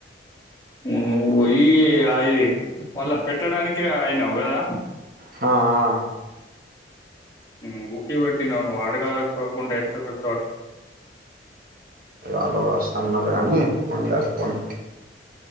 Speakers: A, on the left; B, on the right.
A: నువ్ బోయి ఇగ అయి వల్ల పెట్టడానికే అయినావు కదా
B: హా ఆ
A: నూ ఊకే బెట్టిన నువ్ అడగకోకుంటే ఎట్లా పెడటావ్ అట్లా
B: ఆల్ ఆల్ వస్తాంన్నారు గాని పోన్లే పోని